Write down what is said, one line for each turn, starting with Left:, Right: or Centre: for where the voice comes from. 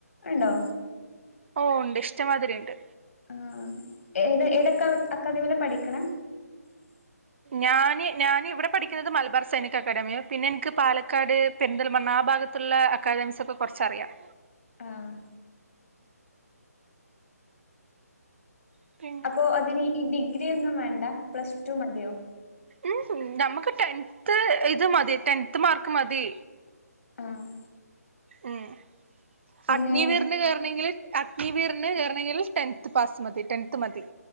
Left: ഉണ്ടോ
Right: ഓ ഉണ്ട് ഇഷ്ടമാതിരി ഉണ്ട്
Left: ആ ഏത് ഏതക്ക അക്കാദമിയിലാ പഠിക്കണ <unintelligible>
Right: ഞാന് ഞാന ഇവിടെ പഠിക്കുന്നത് മലബാർ സൈനിക അക്കാദമിയ പിന്നെ എനിക്ക് പാലക്കാട് പെരിന്തൽമണ് ആ ഭാഗത്ത് അവിടുത്തെ ഉള്ള അക്കാദമിസ് ഒക്കെ കുറച്ചറിയാം
Left: ആഹ്
Right: <unintelligible>
Left: അപ്പോ അതിന് ഈ ഡിഗ്രി ഒന്നും വേണ്ട പ്ലസ് ടു മതിയോ
Right: ഉം നമുക്ക് ടെൻത്ത് ഇത് മതി ടെൻത്ത് മാർക്ക് മതി
Left: ആഹ്
Right: ഉം <unintelligible>
Left: പിന്നെ
Right: കേയറണെങ്കിൽ <unintelligible> ചേരണമെങ്കിൽ ടെൻത് പാസ് മതി ടെൻത് മതി